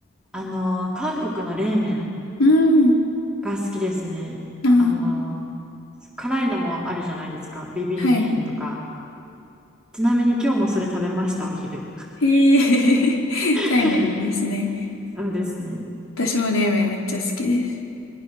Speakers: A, in the centre; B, on the left.
A: あの韓国の冷麺
B: うん。
A: が好きですねあの
B: ああ、
A: 辛いのもあるじゃないですかビビン麺とか
B: はい。
A: ちなみに今日もそれ食べましたお昼
B: へえ、<laughs>
A: <laughs>
B: タイムリーですね。
A: そうですね
B: 私も冷麺めっちゃ好きです。